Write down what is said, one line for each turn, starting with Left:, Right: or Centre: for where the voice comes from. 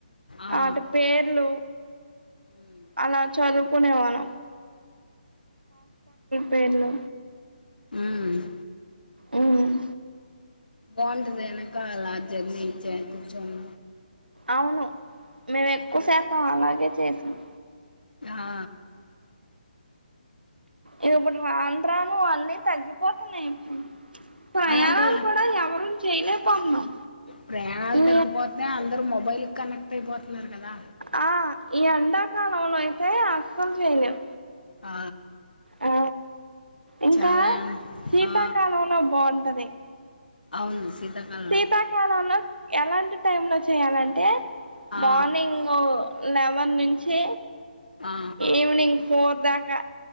Left: ఆ
Right: ఆటి పేర్లు
Left: మ్మ్
Right: అలా చదువుకునేవాళ్ళం పేర్లు
Left: ఉమ్
Right: ఉమ్
Left: బావుంటదెనకాల జర్నీ జ కూర్చొన్
Right: అవును మేమెక్కువ శాతం అలాగే చేసినం
Left: హా
Right: ఇగ ఇప్పుడు రాన్రాను అన్నీ తగ్గిపోతున్నయి ఇప్పుడు ప్రయాణాలు
Left: అలాంటి
Right: కూడా ఎవరం చేయలేకపోతున్నాం
Left: ప్రయాణాలు
Right: ఈ
Left: తగ్గిపోత్నే అందరు మొబైలు కనెక్ట్ అయిపోతున్నారు గదా
Right: ఆ ఈ ఎండాకాలంలో అయితే అస్సలు చేయలేం
Left: ఆ
Right: ఆ ఇంకా
Left: చాలా
Right: సీతాకాలంలో
Left: ఆ!
Right: బాగుంటది
Left: అవును శీతాకాల
Right: సీతాకాలంలో ఎలాంటి టైమ్ లో చేయాలంటే
Left: ఆ!
Right: మార్నింగ్ లెవెన్ నుంచి
Left: ఆ!
Right: ఈవినింగ్ ఫోర్ దాకా